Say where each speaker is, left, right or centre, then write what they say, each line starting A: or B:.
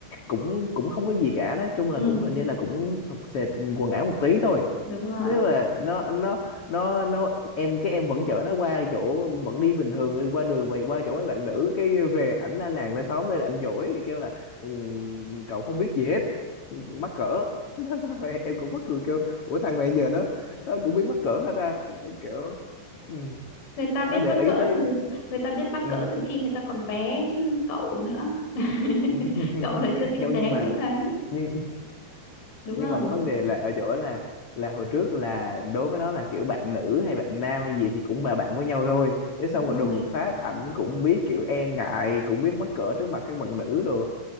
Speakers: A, on the left (about 40°); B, on the left (about 75°).
A: cũng cũng không có gì cả nói chung là
B: ừ
A: cũng hình như là cũng sọc sệt quần áo một tí thôi
B: đúng rồi
A: nếu mà nó nó nó nó em cái em vẫn chở nó qua chỗ vẫn đi bình thường qua đường và qua chỗ mấy bạn nữ cái về ảnh la làng la xóm lên ảnh dỗi thì kêu là "Ừ, cậu không biết gì hết mắc cỡ <laughs> nó sao vậy em cũng mắc cười kêu ủa thằng này giờ nó nó cũng biết mắc cỡ hả ta kiểu ừ,
B: người ta biết
A: nó để
B: mắc
A: ý
B: cỡ
A: tới
B: từ người ta biết mắc
A: ừ.
B: cỡ từ khi người ta còn bé chứ cậu nữa <laughs>
A: <laughs>
B: cậu là chưa tinh
A: nhau
B: tế
A: nhưng mà
B: chỗ đấy
A: nhưng
B: đúng
A: nhưng
B: không
A: mà cái vấn đề là ở chỗ là là hồi trước là đối với nó là kiểu bạn nữ hay bạn nam hay gì thì cũng là bạn với nhau thôi thế xong
B: đúng
A: rồi
B: rồi
A: đùng một phát ảnh cũng biết kiểu e ngại cũng biết mắc cỡ trước mặt các bạn nữ rồi